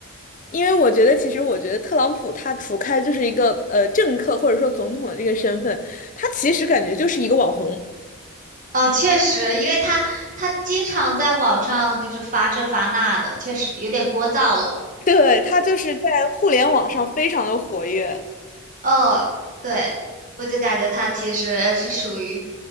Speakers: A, on the left; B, on the right.
A: 因为我觉得，其实我觉得特朗普他除开就是一个呃政客或者说总统的这个身份，他其实感觉就是一个网红。
B: 哦，确实，因为他他经常在网上就是发这发那的，确实有点聒噪了。
A: 对，他就是在互联网上非常的活跃。
B: 哦，对，我就感觉他其实是属于，